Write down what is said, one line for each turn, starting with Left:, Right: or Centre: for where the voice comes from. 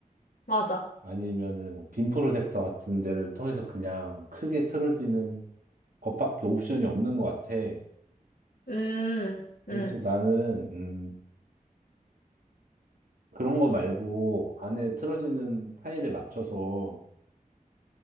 Left: 맞아.
Right: 아니면은 뭐 빔 프로젝터 같은 데를 통해서 그냥 크게 틀어지는 것밖에 옵션이 없는 것 같아.
Left: 음,
Right: 그래서
Left: 음.
Right: 나는 음, 그런 거 말고 안에 틀어지는 파일에 맞춰서